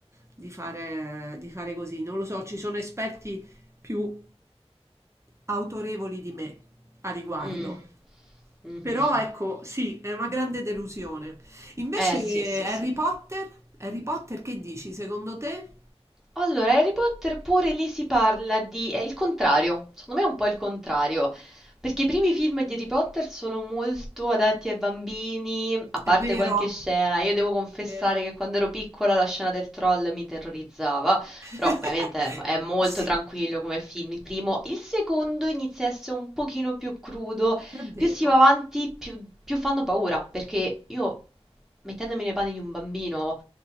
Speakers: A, on the right; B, in the centre.
A: di fare, di fare così, non lo so, ci sono esperti più autorevoli di me a riguardo.
B: Mm, mhm.
A: Però ecco, sì, è una grande delusione. Invece
B: Eh sì, sì,
A: Harry
B: sì.
A: Potter, Harry Potter che dici? Secondo te?
B: Allora, Harry Potter pure lì si parla di... è il contrario, secondo me è un po' il contrario, perché i primi film di Harry Potter sono molto adatti ai bambini, a
A: È
B: parte
A: vero,
B: qualche scena. Io devo confessare
A: è vero.
B: che quando ero piccola la scena del troll mi terrorizzava,
A: <laughs>
B: però ovviamente è è molto
A: Sì,
B: tranquillo come film il primo. Il secondo inizia a essere un pochino più crudo,
A: è vero,
B: più si va avanti più più fanno paura, perché io, mettendomi nei panni di un bambino